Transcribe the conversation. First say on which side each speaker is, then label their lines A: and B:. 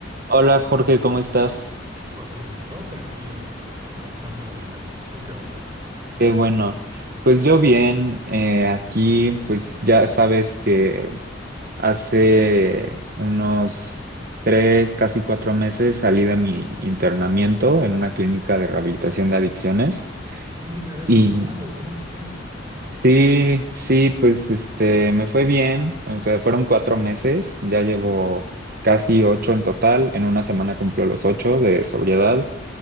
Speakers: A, on the right; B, on the right.
A: Hola Jorge, ¿cómo estás?
B: Joaquín, todo tranquilo aquí contemplando la vida. ¿Tú qué onda?
A: Qué bueno. Pues yo bien, eh, aquí pues ya sabes que hace unos tres, casi cuatro meses salí de mi internamiento en una clínica de rehabilitación de adicciones
B: Y me habías
A: y
B: contado, ¿cómo te fue? Ajá.
A: sí, sí, pues este, me fue bien, o sea, fueron cuatro meses, ya llevo casi ocho en total, en una semana cumplo los ocho de sobriedad.